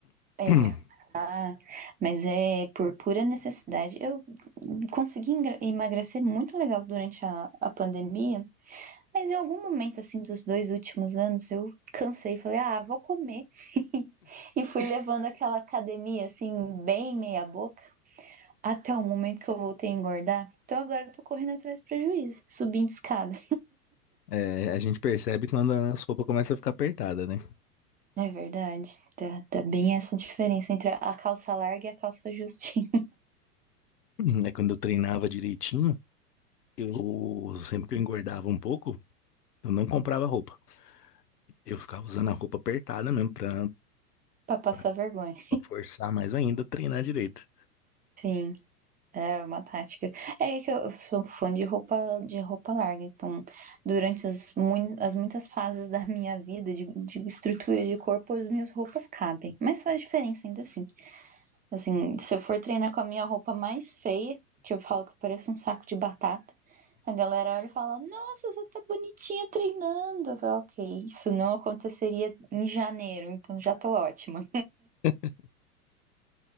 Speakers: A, on the right; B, on the left.
A: É,
B: <clears throat>
A: Ah, mas é por pura necessidade. Eu consegui engra- emagrecer muito legal durante a, a pandemia, mas em algum momento, assim, dos dois últimos anos, eu cansei e falei, ah, vou comer. <laughs> E fui levando aquela academia, assim, bem meia boca, até o momento que eu voltei a engordar. Então agora eu tô correndo atrás do prejuízo, subindo escada.
B: É, a gente percebe quando a roupas começa a ficar apertada, né?
A: É verdade, tá, tá bem essa diferença entre a calça larga e a calça justinha,
B: Uhum. É quando eu treinava direitinho, eu sempre que eu engordava um pouco, eu não comprava roupa. Eu ficava usando a roupa apertada mesmo pra,
A: <laughs> pra passar
B: pra,
A: vergonha.
B: pra forçar mais ainda a treinar direito.
A: Sim. É uma tática. É que eu sou fã de roupa de roupa larga, então durante os mui- as muitas fases da minha vida de, de estrutura de corpo, as minhas roupas cabem. Mas faz diferença ainda assim. Assim, se eu for treinar com a minha roupa mais feia, que eu falo que eu pareço um saco de batata, a galera olha e fala: "Nossa, você tá bonitinha treinando". Eu falo, OK, isso não aconteceria em janeiro, então já tô ótima.
B: <laughs>